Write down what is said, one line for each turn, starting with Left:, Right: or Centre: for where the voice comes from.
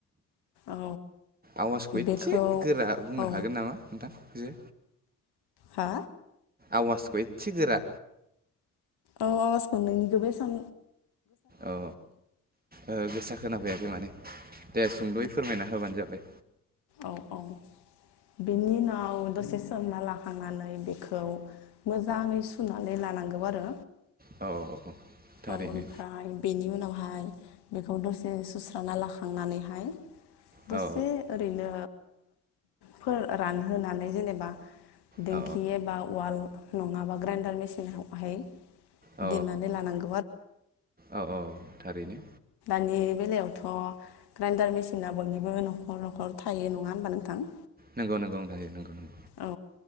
Left: औ
Right: आवाजखौ एसे
Left: बेखौ
Right: गोरा बुंनो
Left: औ
Right: हागोन नामा नोंथां जो
Left: हा
Right: आवाजखौ एसे गोरा
Left: औ आवासखौ नोंनिखौ बेसां
Right: औ ओ गोसा खोनाफायाखै माने दे सुंद'यै फोरमायना होबानो जाबाय
Left: औ औ बेनि उनाव दसे सोमना लाखांनानै बेखौ मोजांङै सुनानै ला लानांगौ आरो
Right: औ औ थारैनो
Left: औ ओमफ्राय बेनि उनावहाय हाय बेखौ दसे सुस्राना लाखांनानैहाय
Right: औ
Left: दसे ओरैनो फोर रानहोनानै जेनेबा दिंखि
Right: औ
Left: एबा उवाल नंङाबा ग्राइडार मेसिनहाय
Right: औ
Left: देरनानै लानांगोन
Right: औ औ थारैनो
Left: दानि बेलायावथ' ग्राइन्डार मेसिना बयनिबो न'खर न'खर थायो नङा होनबा नोंथां
Right: नंगौ नंगौ नोंथांजो नंगौ नंगौ
Left: औ